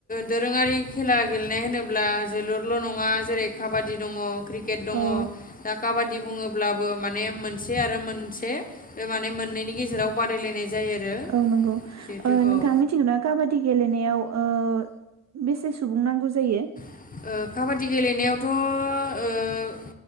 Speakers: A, on the left (about 20°); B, on the right (about 40°).
A: दोरोङारि खेला गेलेनाय होनोब्ला जोलुरल' नङा जेरै काबा दि दङ क्रिकेट दङ
B: औ
A: दा काबा दि बुङो ब्लाबो माने मोनसे आरो मोनसे बे माने मोननैनि गेजेराव बादायलायनाय जायो आरो
B: औ नंगौ
A: जिहेथु
B: ओ नोंथां
A: औ
B: मिथिगौ ना काबादि गेलेनायाव ओ बेसे सुबुं नांगौ जायो
A: ओ काबादि गेलेनायावथ' ओ